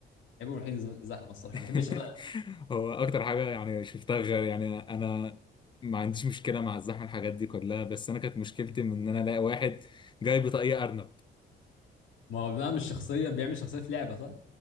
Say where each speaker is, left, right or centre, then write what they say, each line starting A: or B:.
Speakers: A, on the left; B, on the left.
A: عيبه الوحيد الز- زحمه الصراحه
B: <laughs>
A: ما بحبش انا
B: هو اكتر حاجه يعني شفتها غير يعني انا ما عنديش مشكله مع الزحمه الحاجات دي كلها بس انا كانت مشكلتي من ان انا الاقي واحد جاي بطاقيه ارنب
A: ما هو بيعمل شخصيه بيعمل شخصيه في لعبه صح